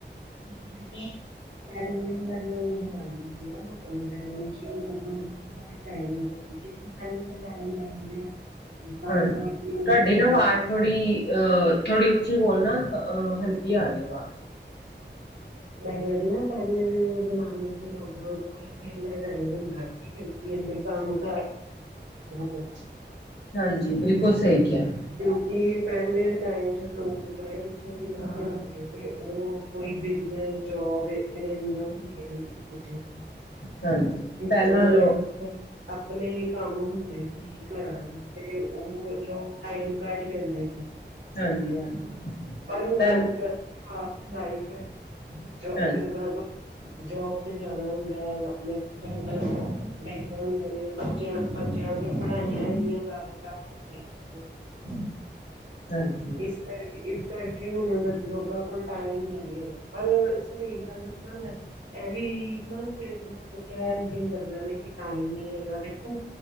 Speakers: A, on the right; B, on the left.
A: <unintelligible> ਪਹਿਲੇਾਂ ਦਾ ਜੋ ਜ਼ਮਾਨਾ ਸੀ ਨਾ ਪੁਰਾਣੇ ਟਾਈਮ ਵਿੱਚ ਲੋਕਾਂ ਨੂੰ ਬਹੁਤ ਬਤ ਟਮ ਹੁੰਦਾ ਸੀ ਕਿਉਂਕਿ ਪ ਦੇ ਟਮ ਕੰਮ
B: ਹਾਂਜੀ
A: ਹੁੰਦੇ
B: ਤੁਹਾਡੀ
A: ਸੀ।
B: ਨਾ ਆਵਾਜ਼ ਥੋੜ੍ਹੀ ਥੋੜ੍ਹੀ ਉੱਚੀ ਬੋਲ ਨਾ ਹਲਕੀ ਆ ਰਹੀ ਆਵਾਜ਼।
A: ਮੈਂ ਕਦੀ ਹ ਪਹਿਲੇ ਦੇ ਜ਼ਮਾਨੇ ਚ ਲੋਕਾਂ ਕੋਲ ਮੇ ਨਹੀਂੁੰਦਾ ਸੀ ਕਿਉਂਕਿ ਇਨੇ ਕੰਮ ਕਰਾਂ ਕੋ
B: ਹਾਂਜੀ ਬਿਲਕੁਲ ਸਹੀ ਕਿਹਾ
A: ਕਿਉਂਕਿ ਪਹਿਲੇ ਦੇ ਟਾਈਮ ਚ ਲੋਕ ਪੜ੍ਹੇ ਲਿਖੇ ਵੀ ਨਹੀਂ ਸੀ। ਤੇ ਉਹ ਕੋਈ ਬਿਜਨਸ ਜੋਬ ਤੇ ਇੰਨੀਆਂ ਹੁੰਦੀਆਂ ਨੀ ਸੀ ਲੋਕਾਂ ਕੋਲ
B: ਹਾਂਜੀ
A: ਕਿ
B: ਪਹਿਲਾਂ
A: ਉਹਨਾਂ
B: ਲੋਕ
A: ਦੇ ਆਪਣੇ ਕੰਮ ਹੁੰਦੇ। ਸੀ ਘਰਾਂ ਨੂੰ ਤੇ ਉਹ ਲੋਕ ਟਾਈਮ ਕੱਢ ਲੈਂਦੇ ਸੀ।
B: ਹਾਂਜੀ ਹਾਂਜੀ
A: ਪਰ ਹੁਣ
B: ਪਹਿਲ
A: ਅੱਜ ਕੱਲ ਦੀ ਫਾਸਟ ਲਾਈਫ ਹੈ। <unintelligible>
B: ਹਾਂਜੀ
A: ਜੋਬ ਤੇ ਜ਼ਿਆਦਾ ਹੁੰਦਾ ਹੈ ਆਪਣੇ ਬਿਜਨ ਬੈਠੇ ਹੁੰਦੇ ਨੇ। ਬੱਚਿਆਂ ਬੱਚਿਆਂ ਦੀਆਂ ਪੜ੍ਹਾਈਆਂ ਇੰਨੀਆਂ ਜ਼ਿਆਦਾ ਟਫ ਹੋ ਗਈਆਂ।
B: ਹਾਂਜੀ
A: ਇਸ ਕਰਕੇ ਇਸ ਕਰਕੇ ਹੁਣ ਲੋਕਾਂ ਕੋਲ ਟਾਈਮ ਨਹੀਂ ਹੈਗਾ ਪਰ ਸਹੀ ਗੱਲ ਦੱਸਾਂ ਮੈਂ ਇਹ ਵੀ ਨਾ ਸਿਰਫ ਕਹਿ ਰਹੀ ਗਦਾਂ ਨੇ ਕਿ ਟਾਈਮ ਨੀ ਹੈਗਾ ਦੇਖੋ।